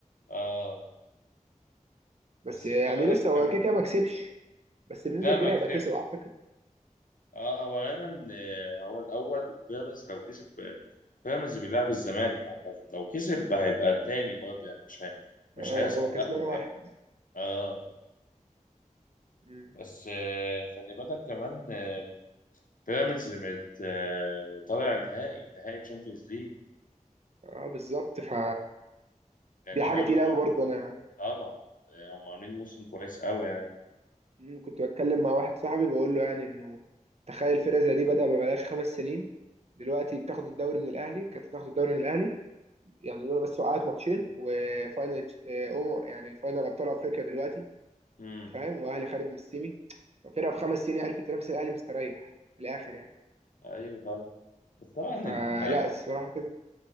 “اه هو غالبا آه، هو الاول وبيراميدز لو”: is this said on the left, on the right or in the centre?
Left